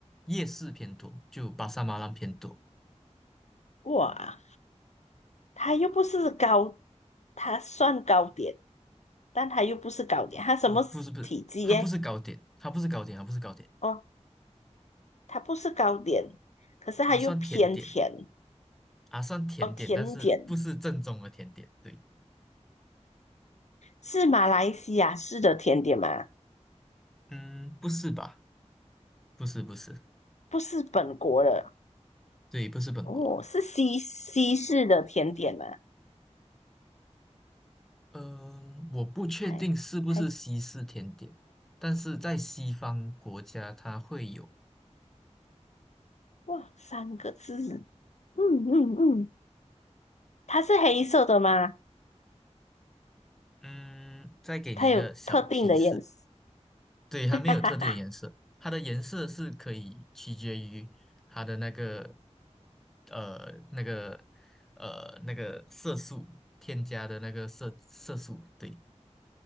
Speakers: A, in the centre; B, on the left.
A: 夜市偏多，就巴沙马兰偏多。
B: 哇，它又不是糕，它算糕点，但它又不是糕点，它什么体积耶？
A: 哦，不是不是，它不是糕点，它不是糕点，它不是糕点，
B: 哦，它不是糕点，可是它又偏甜
A: 啊，算甜点，啊，算甜点，
B: 哦，甜点
A: 但是不是正宗的甜点。对，
B: 是马来西亚式的甜点吗？
A: 嗯，不是吧？不是不是，
B: 不是本国的
A: 对，不是本国。
B: 哦，是西西式的甜点吗？
A: 嗯、我不确定是不是西式甜点，
B: 还还
A: 但是在西方国家它会有。
B: 哇，三个字，嗯嗯嗯。它是黑色的吗？
A: 嗯，再给你一个小提示，
B: 它有特定的颜色？
A: 对，它没有特定的颜色，
B: <laughs>
A: 它的颜色是可以取决于它的那个呃那个呃那个色素添加的那个色色素，对，